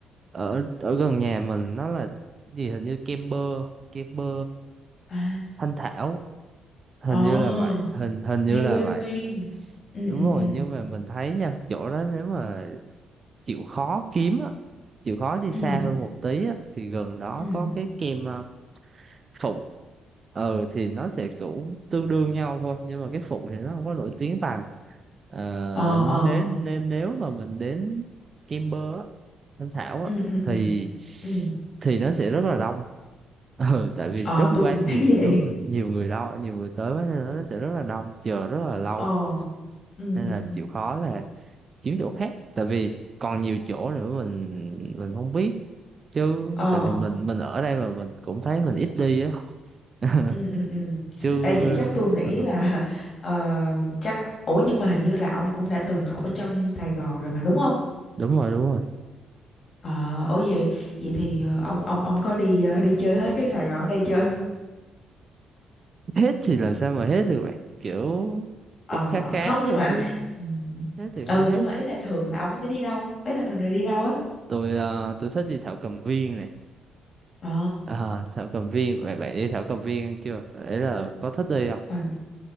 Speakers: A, on the right (about 40°); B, on the left (about 45°).
A: ở ở gần nhà mình nó là gì hình như kem bơ kem bơ
B: à
A: thanh thảo hình
B: ờ
A: như là vậy hình hình như
B: nghe
A: là
B: quen
A: vậy
B: quen ừ
A: đúng
B: ừ
A: rồi
B: ừ
A: nhưng mà mình thấy nha chỗ đó nếu mà chịu khó kiếm á chịu khó đi
B: ừ
A: xa hơn một tí á thì gần đó
B: ừ
A: có cái kem à, phục ờ thì nó sẽ cũng tương đương nhau thôi nhưng mà cái phục thì nó không có nổi tiếng bằng ờ,
B: ờ ờ
A: nếu nên nếu mà mình đến Kimber á Thanh Thảo á
B: ừ ừ ừ
A: thì
B: ừ
A: thì nó sẽ rất là đông ừ tại vì
B: Ờ
A: rất
B: tôi
A: quá
B: cũng
A: nhiều
B: thấy <laughs> vậy.
A: đúng rồi, nhiều người đâu nhiều người tới quá nên là nó sẽ rất là đông chờ rất là lâu
B: Ờ. Ừ
A: nên
B: ừ.
A: là chịu khó là kiếm chỗ khác tại vì còn nhiều chỗ nữa mình mình không biết chứ
B: Ờ.
A: tại vì mình mình ở đây mà mình cũng thấy mình ít đi á <laughs>
B: Ừ ừ ừ.
A: chứ
B: Ê vậy chắc tôi nghĩ
A: ờ,
B: là <laughs> ờ, chắc ủa nhưng mà hình như là ông cũng đã từng học ở trong Sài Gòn rồi mà đúng không?
A: đúng rồi đúng rồi
B: Ờ ủa vậy vậy thì ờ, ông ông ông có đi ờ, đi chơi hết cái Sài Gòn ở đây chưa?
A: hết thì làm sao mà hết được vậy kiểu
B: Ờ
A: cũng khá khá
B: không nhưng
A: thôi
B: mà
A: chứ
B: ừ
A: hết thì không
B: ừ, nhưng
A: hết
B: mà ấy là thường là ông sẽ đi đâu? Ấy là thường là đi đâu á?
A: tôi ờ, tôi thích đi thảo cầm viên này
B: Ờ.
A: à, thảo cầm viên vậy bạn đi thảo cầm viên chưa đấy là có thích đi không
B: à,